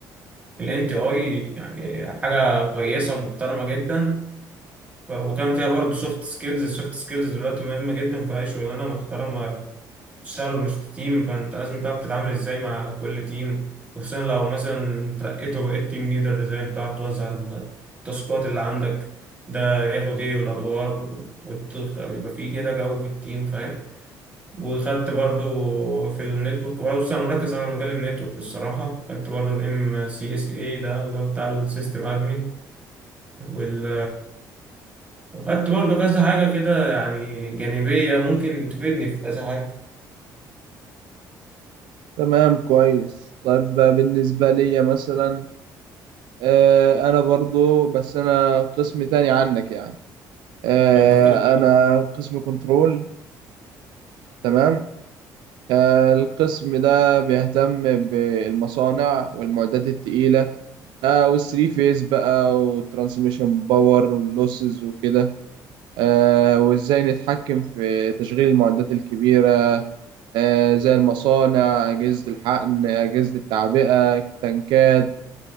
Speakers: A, on the right; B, on the right.
A: الان تي اي يعني حاجه كويسه ومحترمه جدا ف- وكان فيها برضه سوفت سكيلز السوفت سكيلز دلوقتي مهمه جدا في اي شغلانه محترمه تشتغل مش تيم فانت لازم تعرف تتعامل ازاي مع كل تيم وخصوصا لو مثلا ترقيت وبقيت تيم ليدر ازاي بتعرف توزع التاسكات اللي عندك ده ياخد ايه والادوار ويبقى فيه كده جو في التيم فاهم وخدت برضو في النتورك بص انا مركز على مجال النتورك الصراحه خدت برضو الام سي اس اي ده اللي هو بتاع السيستم ادمن وال وخدت برضو كذا حاجه كده يعني جانبيه ممكن تفيدني في كذا حاجه
B: تمام كويس طيب آه، بالنسبة لي مثلا آه، انا برضو بس انا قسم تاني عنك يعني آه،
A: يعني انت في قسم
B: انا قسم كنترول تمام آه، القسم ده بيهتم بالمصانع والمعدات التقيلة آه والثري فيز بقى والترانسميشن باور واللوسز وكده آه وازاي نتحكم في تشغيل المعدات الكبيرة آه زي المصانع أجهزة الحقن أجهزة التعبئة التنكات